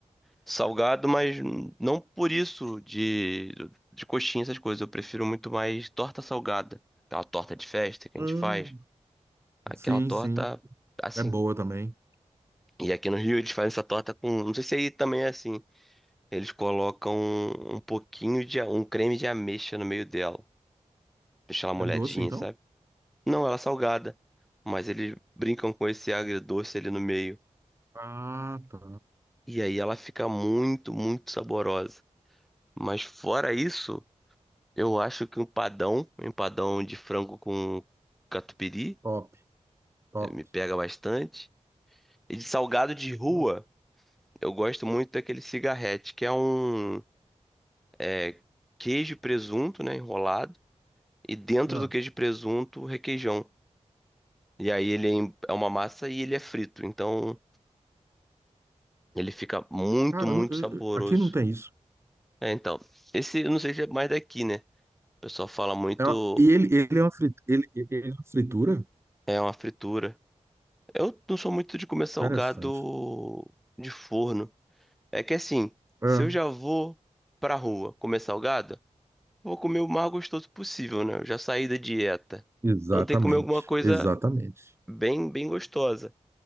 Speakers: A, in the centre; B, on the right (about 20°).
A: salgado, mas não por isso de, de coxinha, essas coisas. Eu prefiro muito mais torta salgada. Aquela torta de festa que
B: Hum.
A: a gente faz. Aquela
B: Sim,
A: torta,
B: sim.
A: assim.
B: É boa também.
A: E aqui no Rio eles fazem essa torta com. Não sei se aí também é assim. Eles colocam um, pouquinho de. a- Um creme de ameixa no meio dela. Deixa ela molhadinha,
B: É doce, então?
A: sabe? Não, ela é salgada. Mas eles brincam com esse agridoce ali no meio.
B: Ah, tá.
A: E aí ela fica muito, muito saborosa. Mas fora isso. Eu acho que um padão, um empadão de frango com catupiry,
B: Top, top,
A: eh, me pega bastante. E de salgado de rua,
B: top.
A: eu gosto muito daquele cigarrete, que é um eh, queijo e presunto, né, enrolado, e dentro
B: Ah,
A: do queijo e presunto, requeijão. E aí ele é em- é uma massa e ele é frito, então ele fica muito,
B: cara,
A: muito
B: não- eu-
A: saboroso.
B: eu- aqui não tem isso.
A: É, então, esse eu não sei se é mais daqui, né? O pessoal fala muito,
B: É uma- e ele, ele é uma fritura. Ele, ele é uma fritura?
A: é uma fritura. Eu não sou muito de comer salgado
B: Interessante.
A: de forno. É que assim,
B: É,
A: se eu já vou pra rua comer salgado, vou comer o mais gostoso possível, né? Eu já saí da dieta.
B: exatamente,
A: Então tem que comer alguma coisa
B: exatamente.
A: bem, bem gostosa.